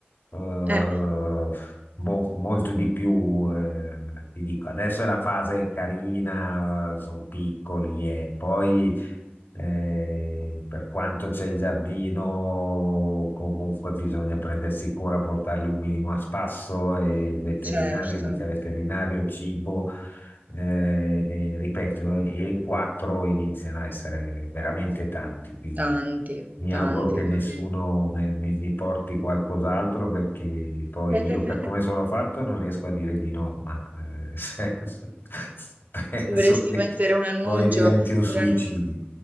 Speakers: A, on the left; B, on the right.
A: eh,
B: Eh,
A: boh, molto di più, eh, ti dico, adesso è la fase carina, sono piccoli e poi... Eh, per quanto c'è il giardino, comunque bisogna prendersi cura, portarli un minimo a spasso e il veterinario,
B: certo,
A: mica veterinario, cibo, eh, e, ripeto, e quattro iniziano a essere veramente tanti, quindi
B: tanti,
A: mi
B: tanti.
A: auguro che nessuno
B: vabbè.
A: me- mi, mi porti qualcos'altro perché poi
B: <laughs>
A: io per come sono fatto non riesco a dire di no, ma eh, <laughs> penso
B: Dovresti
A: che
B: mettere un annuncio,
A: poi diventi un
B: un
A: suicidio.
B: annuncio,